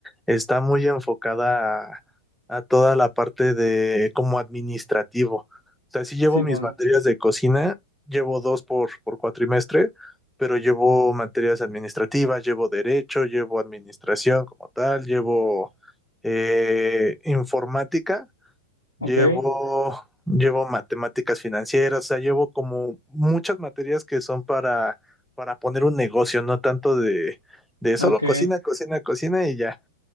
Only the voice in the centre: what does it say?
está muy enfocada a, a toda la parte de como administrativo. O sea, sí llevo
mis materias de cocina, llevo dos por, por cuatrimestre, pero llevo materias administrativas, llevo derecho, llevo administración como tal, llevo eh, informática Llevo,
llevo matemáticas financieras, o sea, llevo como muchas materias que son para, para poner un negocio, no tanto de, de solo
cocina, cocina, cocina y ya.